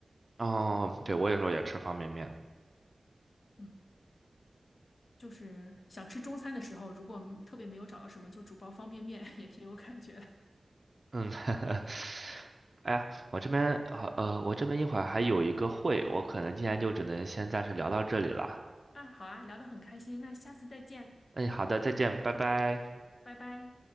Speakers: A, on the right; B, on the left.
A: 哦，对，我有时候也吃方便面。
B: 嗯，就是想吃中餐的时候，如果特别没有找到什么，就煮包方便面 <laughs> 也挺有感觉的。
A: 嗯，<laughs> 哎呀，我这边好，呃，我这边一会儿还有一个会，我可能今天就只能先暂时聊到这里了。
B: 啊，好啊，聊得很开心，那下次再见，
A: 哎，好的，再见，拜拜。
B: 拜拜。